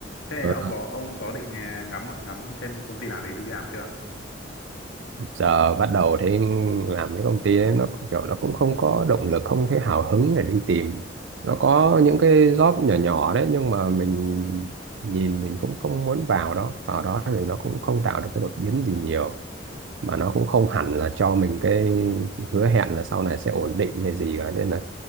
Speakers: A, on the left (about 75°); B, on the right (about 70°).
A: thế
B: ờ,
A: ông có ông có định à, ngắm ngắm xem công ty nào đấy đi làm chưa
B: giờ bắt đầu thấy làm cái công ty ấy, nó cũng kiểu nó cũng không có động lực không thấy hào hứng để đi tìm nó có những cái job nhỏ nhỏ đấy nhưng mà mình nhìn mình cũng không muốn vào đó vào đó thì nó cũng không tạo được cái đột biến gì nhiều mà nó cũng không hẳn là cho mình cái hứa hẹn là sau này sẽ ổn định hay gì cả nên là